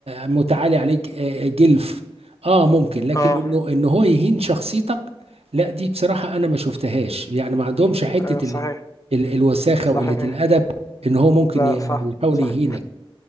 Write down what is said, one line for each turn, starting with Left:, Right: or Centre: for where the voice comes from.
Right: متعالي عليك آه، جلف اه ممكن لكن
Left: اه
Right: انه ان هو يهين شخصيتك لا دي بصراحه انا ما شفتهاش يعني ما عندهمش حته
Left: ايوه صحيح
Right: ال... ال... الوساخه
Left: صحيح
Right: وقله الادب ان هو ممكن
Left: لا
Right: ي-
Left: صح
Right: يحاول
Left: صح
Right: يهينك